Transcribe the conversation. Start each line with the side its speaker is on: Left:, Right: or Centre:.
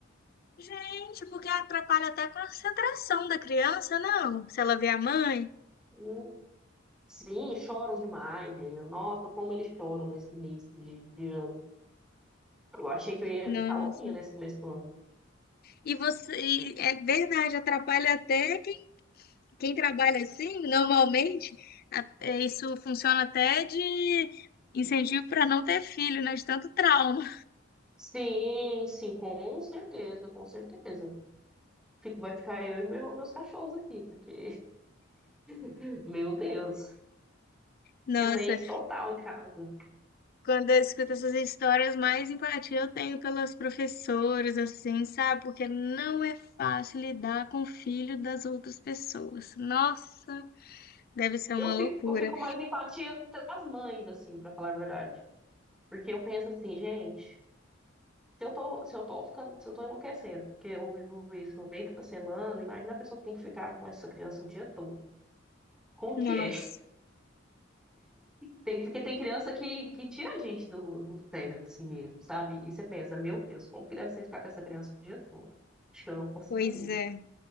Left: Gente, porque atrapalha até a concentração da criança, não? Se ela vê a mãe.
Centre: Hum, Sim, choram demais, menino. Nossa, como eles choram nesse início de, de ano. Eu achei que eu ia
Left: Nossa.
Centre: ficar louquinha nesse começo do ano.
Left: E você, e é verdade, atrapalha até quem, quem trabalha assim, normalmente. É, Isso funciona até de incentivo para não ter filho, né? De tanto trauma.
Centre: Sim, sim, com certeza, com certeza. Fico- vai ficar eu e meu- meus cachorros aqui, porque, <laughs> meu Deus.
Left: Nossa,
Centre: Silêncio total em casa.
Left: Quando eu escuto essas histórias, mais empatia eu tenho pelas professoras, assim, sabe? Porque não é fácil lidar com o filho das outras pessoas. Nossa, Deve ser
Centre: Eu
Left: uma
Centre: fico,
Left: loucura.
Centre: eu fico mais empatia das mães, assim, pra falar a verdade. Porque eu penso assim, gente, se eu tô, se eu tô ficando, se eu tô enlouquecendo, porque eu vivo isso no meio da semana, imagina a pessoa que tem que ficar com essa criança o dia todo. Como
Left: Nossa,
Centre: que é? <laughs> Tem, porque tem criança que, que tira a gente do, do sério, assim mesmo, sabe? E você pensa, meu Deus, como que deve ser ficar com essa criança o dia todo? Acho que eu não conseguiria.
Left: pois é,